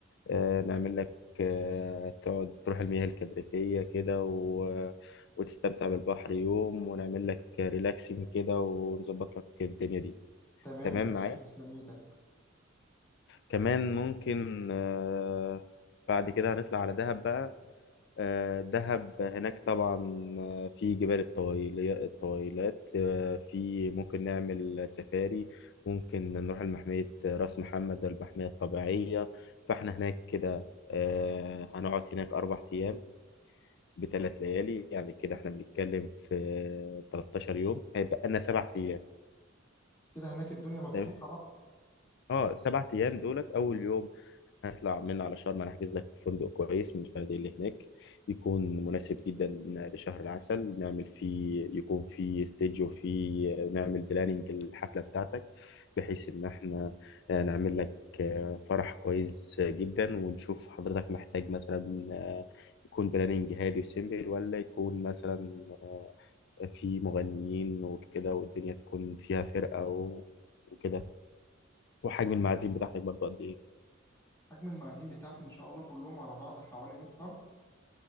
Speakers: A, on the left; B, on the left.
A: آه، نعمل لك آه، تقعد تروح المياه الكبريتية كده و... وتستمتع بالبحر يوم ونعمل لك ريلاكسنج كده ونظبط لك الدنيا دي
B: تمام
A: تمام
B: يا باشا
A: معايا
B: تسلم ايدك
A: كمان ممكن آه، بعد كده هنطلع على دهب بقى آه، دهب هناك طبعا آه، في جبال الطويل- الطويلات آه، في ممكن نعمل سفاري ممكن نروح لمحمية راس محمد المحمية الطبيعية فاحنا هناك كده آه، هنقعد هناك أربع أيام بثلاث ليالي يعني كده احنا بنتكلم في 13 يوم هيبقى لنا سبع أيام
B: كده هناك الدنيا مفتوحة
A: تمام؟
B: بقى
A: اه سبع أيام دولت أول يوم هنطلع من على شرم انا هحجز لك في فندق كويس من الفنادق اللي هناك يكون مناسب جدا لشهر العسل نعمل فيه يكون فيه ستيج وفيه نعمل بلاننج الحفلة بتاعتك بحيث ان احنا آه، نعمل لك آه، فرح كويس جدا ونشوف حضرتك محتاج مثلا آه، يكون بلاننج هادي وسيمبل ولا يكون مثلا آه، في مغنيين وكده والدنيا تكون فيها فرقة و- وكده وحجم المعازيم بتاعتك برضه قد ايه
B: حجم المعازيم بتاعتي ان شاء الله كلهم على بعض حوالي 100 فرد